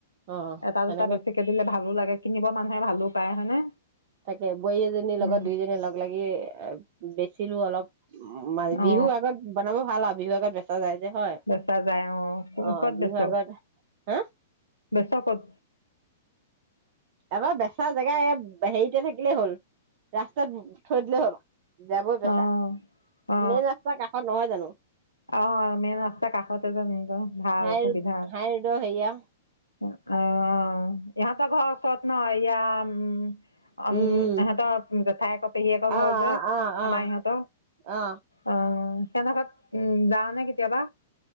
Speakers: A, on the right; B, on the left.
A: অ',
B: এটা
A: সেনেকে
B: দুটা বেছিকে দিলে ভালো লাগে কিনিব মানুহে ভালো পায় হয়নে
A: তাকে বোৱাৰী এজনীৰ
B: উম
A: লগত দুইজনী লগ লাগি এ বেছি ছিলো অলপ উ মাঘ
B: অ
A: বিহু আগত বনাব ভাল আও বিহুআগত বেচা যায়। যে হয়
B: বেছা যায় অ।
A: অ',
B: ক'ত
A: বিহুৰ
B: বেছ?
A: আগত হা
B: বেচকত
A: এবাৰ বেচা জেগা হেৰিতে থাকিলেই হল, ৰাস্তাত থৈ দিলেই হ'ল। যাবই বেচা।
B: অ
A: মেইন
B: অ
A: ৰাস্তাৰ কাষত নহয় জানো?
B: অ মেইন ৰাস্তা কাষতে যে ভাল
A: হাই
B: সুবিধা।
A: ৰোড হাই ৰোডৰ হেৰিয়া
B: অ-অ ইহতৰ ঘৰ ওচৰত ন? ইয়াম অম
A: উম
B: ইহঁতৰ জেঠাইঅ পেহী আকৌ ঘৰ
A: অ
B: যে,
A: অ
B: আমাৰ
A: অ
B: ইহঁত।
A: অ
B: আহ কেনকা- যাওঁনে কেতিয়াবা?